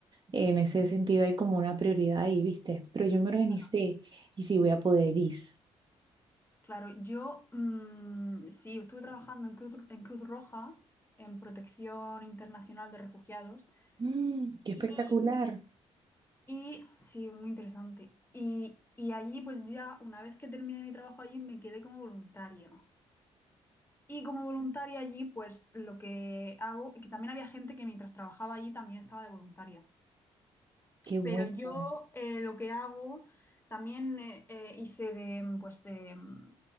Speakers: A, on the right; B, on the left.
A: en ese sentido hay como una prioridad ahí, ¿viste? Pero yo me organicé
B: claro.
A: y sí voy a poder ir.
B: Claro, yo mm, sí, estuve trabajando en Cruz, en Cruz Roja, en Protección Internacional de Refugiados,
A: Mm, qué
B: y,
A: espectacular,
B: y sí, muy interesante. Y, y allí, pues ya, una vez que terminé mi trabajo allí, me quedé como voluntaria. Y como voluntaria allí, pues lo que hago, y que también había gente que mientras trabajaba allí también estaba de voluntaria.
A: qué bueno.
B: Pero yo eh, lo que hago también eh, eh, hice de, mm, pues, de mm,